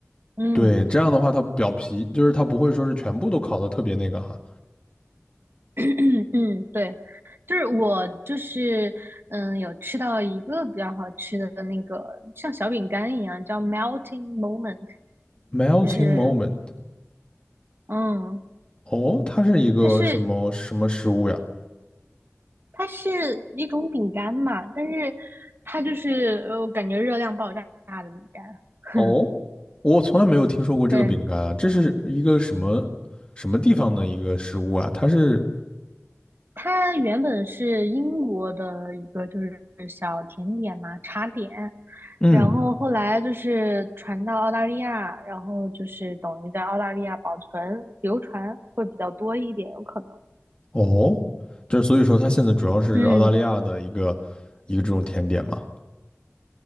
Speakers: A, on the right; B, on the left.
A: 嗯。
B: 对，这样的话，它表皮就是它不会说是全部都烤的特别那个哈。
A: <clears throat> 嗯，对，就是我就是嗯，有吃到一个比较好吃的那个像小饼干一样，叫 melting moment，
B: Melting
A: 就是
B: moment，
A: 嗯，
B: 哦，它是一个什么什么食物呀？
A: 它是它是一种饼干嘛，但是它就是呃，我感觉热量爆炸。饼干，<laughs>
B: 哦，我从来没有听说过这个饼干啊，
A: 对，
B: 这是一个什么什么地方的一个食物啊？它是，
A: 它原本是英国的一个就是小甜点嘛，茶点，
B: 嗯，
A: 然后后来就是传到澳大利亚，然后就是等于在澳大利亚保存流传会比较多一点，有可能。
B: 哦，就是所以说它现在主要是澳大利亚的一个一个这种甜点嘛。
A: 嗯，